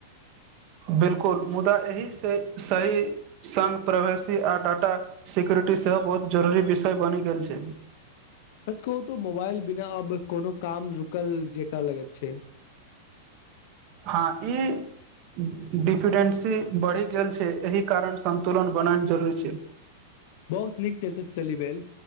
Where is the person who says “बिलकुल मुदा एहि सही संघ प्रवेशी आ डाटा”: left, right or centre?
Right